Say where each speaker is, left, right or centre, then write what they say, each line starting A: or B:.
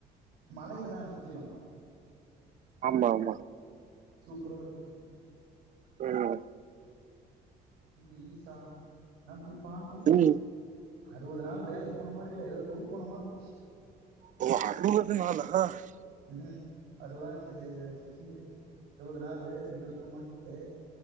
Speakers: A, on the right; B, on the right.
A: மலைங்க தானே சுத்திலு
B: ஆமா ஆமா
A: சூப்பரா இருக்கு
B: ம்
A: இந்த ஈஸா லா போய் பாத்தோ
B: ம்
A: அறுவது நாள் வேலைக்கு போன மாரி இல்ல எதோ டூர் போன மாரு இருந்துச்சு
B: <unintelligible>
A: ம் ஹ அருவ சிது சிக்ஸ்டீன் டே இருவது நாலு ரெண்டு டூ மந்ஸ்து